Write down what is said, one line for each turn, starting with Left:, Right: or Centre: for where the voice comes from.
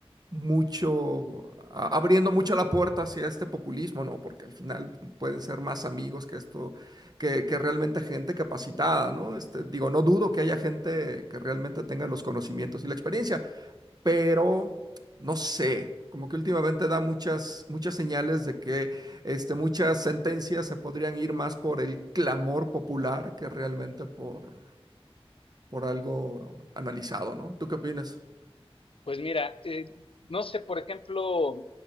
Right: mucho, a- abriendo mucho la puerta hacia este populismo, ¿no? Porque al final pueden ser más amigos que esto, que, que realmente gente capacitada, ¿no? Este, digo, no dudo que haya gente que realmente tenga los conocimientos y la experiencia, pero no sé. Como que últimamente da muchas, muchas señales de que este, muchas sentencias se podrían ir más por el clamor popular que realmente por, por algo analizado, ¿no? ¿Tú qué opinas?
Left: pues mira, eh, no sé, por ejemplo,